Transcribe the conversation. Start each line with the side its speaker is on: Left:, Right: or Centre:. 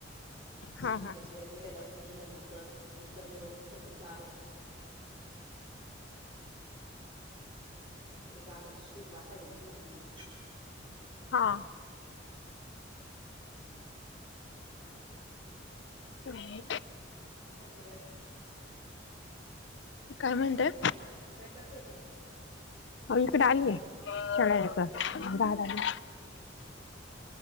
Right: भिंडीच्या
Left: हा हा
Right: बिया, दिला लावून येईना नकळत उतरले करतील गागाट. आता ते बागाची शूट बांधायला गेले होती मी.
Left: हा हो्
Right: तुम् काय करु राहील्या.
Left: काय म्हणतेय.
Right: काय करताय तुम्ही.
Left: आव इक डाली आहे चड दहा डाली.
Right: ह का